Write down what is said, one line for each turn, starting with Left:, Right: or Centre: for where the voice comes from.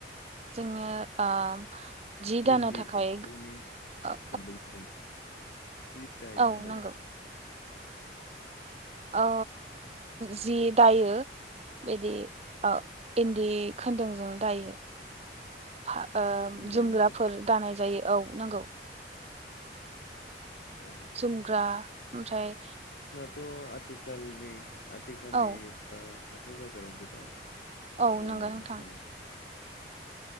Right: जोङो ओ जि दानो
Left: इन्दि
Right: थाखाय
Left: एम्फौनि
Right: औ
Left: खुन्दुंजों सि दायो
Right: औ
Left: ना दाया?
Right: नंगौ ओ जि दायो। बिदि ओ इन्दि खोनदुंजों दायो। फा ओ
Left: दायोना
Right: जोमग्राफोर दानाय जायो‌ औ नंगौ।
Left: अ
Right: जोमग्रा ओमफ्राय
Left: थ' आथिखालनि आथिखालनि
Right: औ
Left: ओ हाथाय बाजाराव गोबां
Right: औ
Left: जों
Right: नंगौ
Left: मोननो
Right: नोंथां
Left: थाङो।